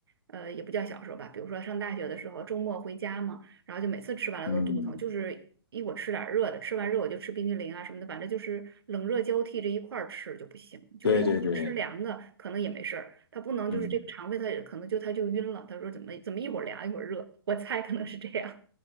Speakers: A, on the right; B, on the left.
A: 呃，也不叫小时候吧，比如说上大学的时候，周末回家嘛。然后就每次吃完了都肚疼，
B: 嗯，
A: 就是一我吃点儿热的，吃完热我就吃冰激凌啊什么的，反正就是冷热交替这一块儿吃就不行，就是要么吃凉的可能也没事儿，
B: 对对对，
A: 它不能就是这个肠胃他也可能就他就晕了，
B: 嗯，
A: 他说怎么怎么一会儿凉一会儿热，我猜可能是这样，